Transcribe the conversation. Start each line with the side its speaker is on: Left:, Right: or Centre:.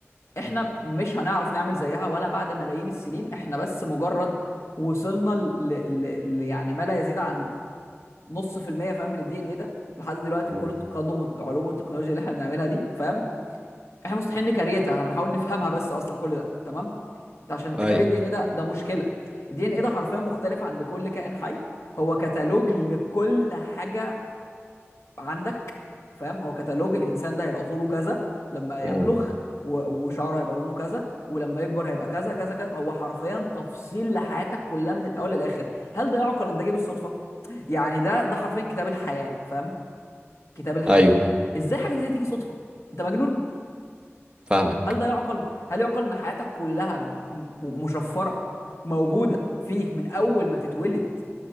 Left: احنا مش هنعرف نعمل زيها ولا بعد ملايين السنين احنا بس مجرد وصلنا ل... ل... ل... يعني ما لا يزيد عن نص في المية فاهم من الدي ان ايه ده لحد دلوقتي
Right: مم.
Left: بكل التقدم والعلوم والتكنولوجيا اللي احنا بنعملها دي فاهم احنا مستحيل نكريتها هنحاول نفهمها بس اصلا كل ده تمام انت عشان تكري
Right: ايوه
Left: الدي ان ايه ده ده مشكله الدي ان ايه ده حرفيا مختلف عند كل كائن حي هو كتالوج لكل حاجه عندك فاهم هو كتالوج الانسان ده هيبقى طوله كذا لما
Right: مم.
Left: يبلغ و- وشعره هيبقى لونه كذا ولما يكبر هيبقى كذا كذا كذا هو حرفيا تفصيل لحياتك كلها من الاول للاخر هل ده يعقل ان ده جه بالصدفه يعني ده ده حرفيا كتاب الحياه فاهم كتاب الحياه
Right: ايوه
Left: ازاي حاجه زي دي تيجي صدفه انت مجنون
Right: فاهمك
Left: هل ده يعقل؟ هل يعقل ان حياتك كلها م- مشفره موجوده فيك من اول ما تتولد